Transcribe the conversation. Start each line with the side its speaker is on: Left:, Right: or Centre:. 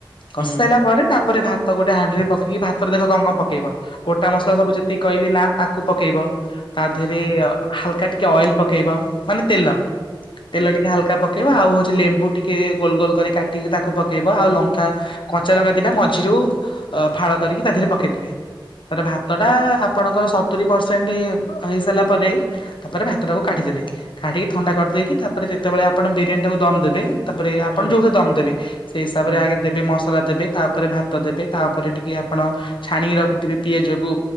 Left: କଷି
Right: ହୁଁ।
Left: ସାରିଲା ପରେ ତାପରେ ଭାତ ଗୋଟେ ହାଣ୍ଡିରେ ପକେଇକି ଭାତରେ ଦେଖ କଣ କଣ ପକେଇବ ଗୋଟା ମସଲା ସବୁ। କହିଲି ନା ତାକୁ ପକେଇବ ତା ଦେହରେ ହାଲକା ଟିକେ ଅଏଲ ପକେଇବ। ମାନେ ତେଲ ତେଲ ଟିକେ ହାଲକା ପ ପକେଇବ ଆଉ ହଉଛି ଲେମ୍ବୁ ଟିକେ ଗୋଲ ଗୋଲ କରି କାଟିକି ତାକୁ ପକେଇବା ଆଉ ଲଙ୍କା ଚାଲଙ୍କାତିଟା ମଝିରୁ ଫାଳ କରିକି ତା ଦେହରେ ପକେଇଦେବେ ତାରେ ଭାତଟା ଆପଣଙ୍କର ସତୁରି ପରସେଣ୍ଟ ହେଇ ସାରିଲା ପରେ ତାପରେ ଭାତଟାକୁ କାଢି ଦେବେ। କାଢ଼ିକି ଥଣ୍ଡା କରିଦେଇକି ତାପରେ ଯେତେବେଳେ ଆପଣ ବିରିୟାନୀଟାକୁ ଦମ୍ ଦେବେ। ତାପରେ ଆପଣ
Right: ହୁଁ,
Left: ଯୋଉଥିରେ ଦମ ଦେବେ ସେଇ ହିସାବରେ
Right: ହୁଁ,
Left: ଆଗ ଦେବେ ମସଲା ଦେବେ ତାପରେ ଭାତ ଦେବେ ତାପରେ ଟିକେ ଆପଣ ଛାଣିକି ରଖିଥିବେ ପିଆଜକୁ